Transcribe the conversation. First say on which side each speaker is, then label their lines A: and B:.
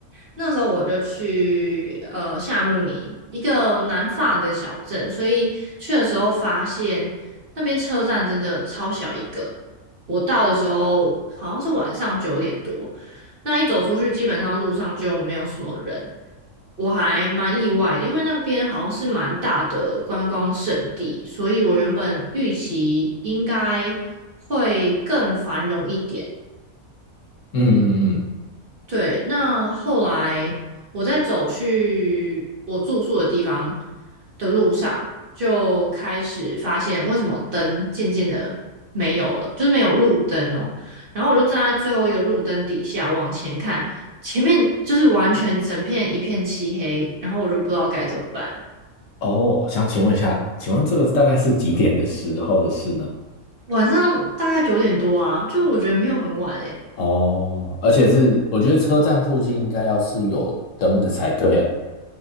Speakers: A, on the right; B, on the left.
A: 那时候我就去呃夏慕尼一个南法的小镇，所以去的时候发现那边车站真的超小一个。我到的时候好像是晚上九点多，那一走出去基本上路上就没有什么人，我还蛮意外的因为那边好像是蛮大的观光胜地，所以我原本预期应该会更繁荣一点。
B: 嗯嗯嗯。
A: 对，那后来我在走去我住宿的地方的路上，就开始发现为什么灯渐渐的没有了，就是没有路灯哦。然后我就站在最后一个路灯底下往前看，前面就是完全整片一片漆黑，然后我就不知道该怎么办。
B: 哦，想请问一下，请问这个大概是几点的时候的事呢？
A: 晚上大概九点多啊，就我觉得没有很晚诶、
B: 哦，而且是我觉得车站附近应该要是有灯的才对啊。